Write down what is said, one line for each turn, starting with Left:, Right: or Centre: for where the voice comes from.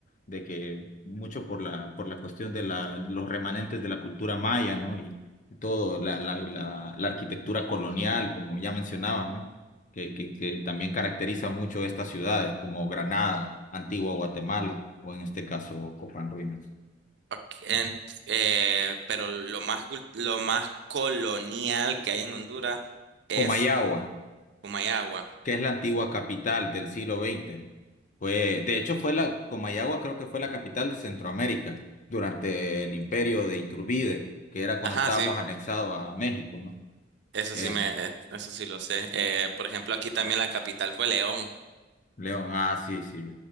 Left: De que mucho por la, por la cuestión de la, los remanentes de la cultura maya, ¿no? Y, todo, la, la, la, la arquitectura colonial, como ya mencionabas, ¿no? que, que, que también caracteriza mucho estas ciudades como Granada, Antigua Guatemala o en este caso Copán Ruinas.
Right: Ok, en- eh, pero lo más, cul- lo más colonial que hay en Honduras es
Left: Comayagua,
Right: Humayagua.
Left: que es la antigua capital del siglo XX. Fue, de hecho, fue la, Comayagua creo que fue la capital de Centroamérica durante el imperio de Iturbide, que era cuando
Right: Ajá,
Left: estábamos
Right: sí,
Left: anexados a México, ¿no?
Right: eso
Left: Eh,
Right: sí me, eh, eso sí lo sé. Eh, por ejemplo, aquí también la capital fue León.
Left: León, ah, sí, sí.